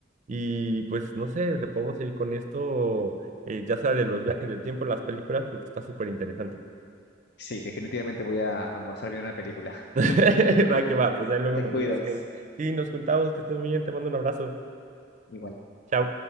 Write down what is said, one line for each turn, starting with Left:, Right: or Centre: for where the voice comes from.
Right: y pues no sé, le podemos ir con esto, eh, ya sea de los viajes del tiempo, las películas, porque está súper interesante.
Left: Sí, definitivamente voy a almorzar viendo una película. <laughs>
Right: <laughs> Va que va, pues ahí luego
Left: Te
Right: me
Left: cuidas.
Right: cuentas qué es. Sí, nos juntamos, que estés muy bien, te mando un abrazo.
Left: Igual.
Right: Chao.